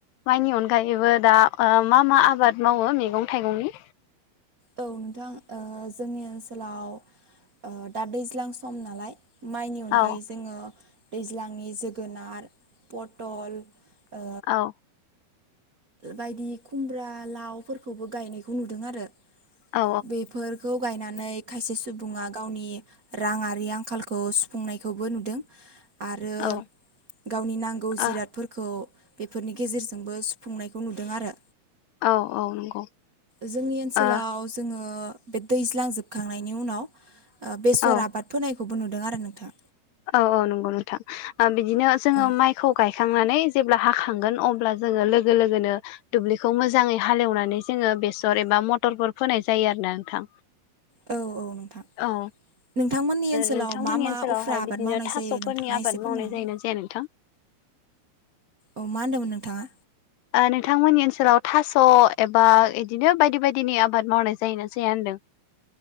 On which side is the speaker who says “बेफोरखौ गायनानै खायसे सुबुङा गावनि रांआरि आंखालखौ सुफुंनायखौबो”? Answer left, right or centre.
Right